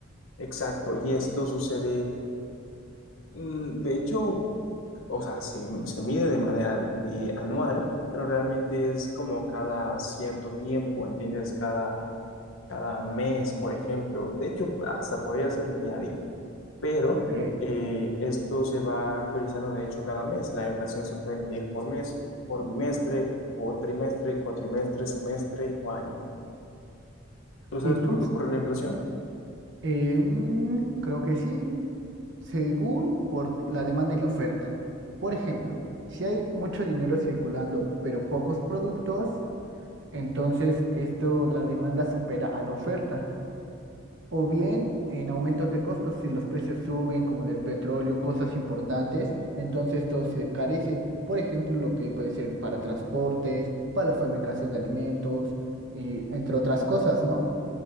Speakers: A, on the left (about 80°); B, on the right (about 65°).
A: Exacto, y esto sucede, mm, de hecho, o sea, se, se mide de manera de anual, pero realmente es como cada cierto tiempo, ¿entiendes? Cada, cada mes, por ejemplo. De hecho, hasta podría ser diario, pero
B: Ok.
A: eh, esto se va actualizando, de hecho, cada mes. La inflación se puede medir por mes, por bimestre, por trimestre, cuatrimestre, semestre o año. ¿Tú sabes
B: ¿Y tú?
A: por qué ocurre la inflación?
B: Eh, mm, creo que sí, según por la demanda y la oferta. Por ejemplo, si hay mucho dinero circulando, pero pocos productos, Entonces, esto, la demanda supera a la oferta. O bien en aumentos de costos, si los precios suben, como del petróleo, cosas importantes, entonces esto se encarece. Por ejemplo, lo que puede ser para transportes, para la fabricación de alimentos, y entre otras cosas, ¿no?